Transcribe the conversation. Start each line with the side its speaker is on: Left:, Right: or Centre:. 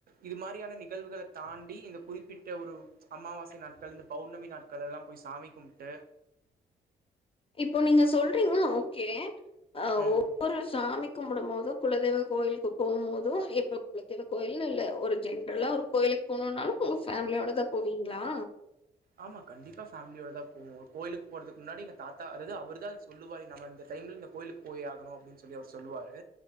Right: இது மாரியான நிகழ்வுகளத் தாண்டி இந்த குறிப்பிட்ட ஒரு அமாவாசை நாட்கள் இந்த பௌர்ணமி நாட்கள் எல்லா போய் சாமி கும்ப்ட்டு
Left: இப்போ நீங்க சொல்றீங்க ஓகே ஆ
Right: ம்.
Left: ஒவ்வொரு சாமி கும்பிடும்போதும் குலதெய்வ கோயிலுக்கு போம்போதும் எப்ப குலதெய்வ கோயிலினுல்ல ஒரு ஜென்ட்ரலா ஒரு கோயிலுக்கு போனுனாலும் உங்க ஃபேமிலியோடதா போவீங்களா
Right: ஆமா கண்டிப்பா ஃபேமிலியோட போவோ கோயிலுக்கு போறதுக்கு முன்னாடி எங்க தாத்தா அதாவது அவருதா சொல்லுவாரு நம்ம இந்த டைம்ல இந்த கோயிலுக்கு போயாகணு அப்டின்னு சொல்லி அவரு சொல்லுவாரு